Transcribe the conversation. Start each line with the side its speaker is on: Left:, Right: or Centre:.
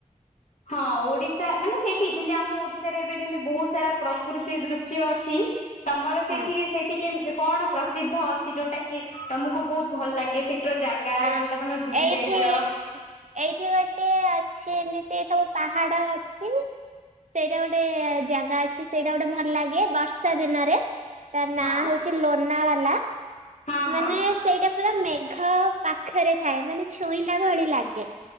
Left: ହଁ ଓଡିଶା ମାନେ ସେଇଠି ଯେମିତି ଆମ ଓଡିଶାରେ ଏବେ ଯେମିତି ବହୁତ ସାରା ପ୍ରକୃତି ଦୃଶ୍ୟ ଅ ଛି। ତମର ସେଠି
Right: ହଁ
Left: ସେଠି କେମତି କଣ ପ୍ରସିଦ୍ଧ ଅଛି ଯୋଉଟା କି ତମକୁ ବହୁତ ଭଲ ଲାଗେ ସେଠି? ଜାଗା
Right: ଆ
Left: ଯୋଉଟା ତମେ ବୁଲି
Right: ଏଇଠି
Left: ଯାଇଚ?
Right: ଏଇଠି ଗୋଟେ ଅଛି ଏମିତି ସବୁ ପାହାଡ ଅଛି। ସେଇଟା ଗୋଟେ ଜାଗା ଅଛି ସେଇଟା ଗୋଟେ ଭଲ ଲାଗେ ବର୍ଷା ଦିନରେ। ତା ନାଁ
Left: ହଁ
Right: ହଉଛି ଲୋନା ବାଲା
Left: ହଁ ହଁ
Right: ମାନେ ସେଇଟା ପୁରା ମେ ମେଘ ପାଖରେ ଥାଏ ମାନେ ଛୋଇଲା ଭଳି ଲାଗେ।